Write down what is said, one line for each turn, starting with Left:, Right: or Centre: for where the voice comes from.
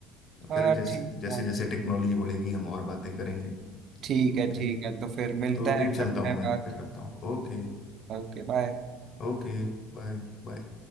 Right: हाँ
Left: फिर जैसे
Right: ठीक
Left: जैसे
Right: है
Left: जैसे टेक्नोलॉजी बढ़ेगी हम और बातें करेंगे
Right: ठीक
Left: ओके
Right: है ठीक है तो फिर मिलते
Left: तो अभी
Right: हैं
Left: चलता
Right: करते
Left: हूँ
Right: हैं
Left: मैं
Right: बात
Left: फिर रखता हूँ ओके
Right: Okay bye
Left: ओके बाय बाय